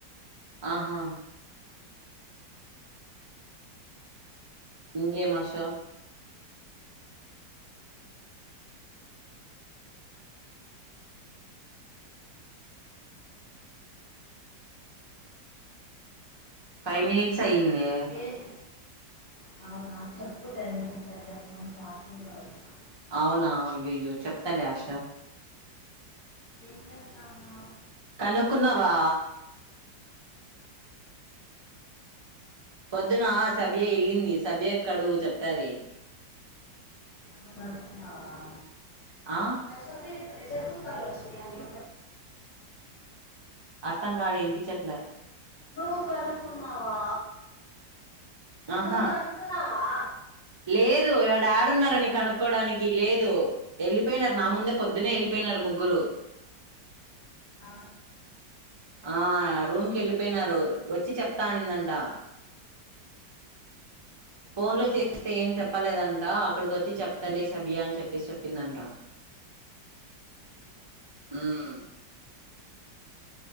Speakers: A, on the right; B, on the left.
A: ఆహా ఇంకేం ఆశ ఫైవ్ మినిట్స్ అయ్యిందే
B: ఏం చేస్తాను నాకు చెప్పు టెన్ మినిట్స్ అయితే ఫోన్ ఛార్జింగ్లో పెడుతా
A: అవునా అయ్యోయ్యో చెప్తాలే ఆశ
B: ఏం చేస్తాను
A: కనుక్కున్నావా పొద్దున సబియ వెళ్ళింది సబియకి అడుగు చెప్తాది
B: నువ్వు అడుగుతున్నావా
A: ఆ
B: యాక్చువల్ నేను ప్రెషర్ కుక్కర్లు వచ్చినాయండి
A: అర్థం కాలే వినిపించట్లే
B: నువ్వు కనుక్కున్నావా
A: ఆహా
B: నువ్వు కనుక్కున్నావా
A: లేదు ఈడ యాడున్నారని
B: లేదా
A: కనుక్కోడానికి లేదు వెళ్ళిపోయినారు నా ముందే పొద్దునే
B: లేదా
A: వెళ్ళిపోయినారు ముగ్గురు
B: ఆ,
A: ఆ రూమ్ కి వెళ్ళిపోయినారు వచ్చి చెప్తా అనిందంట ఫోన్ లో చేస్తే ఏం చెప్పలేదంట అక్కడికి వచ్చి చెప్తలే సబియా అని చెప్పేసి చెప్పిందంట ఉమ్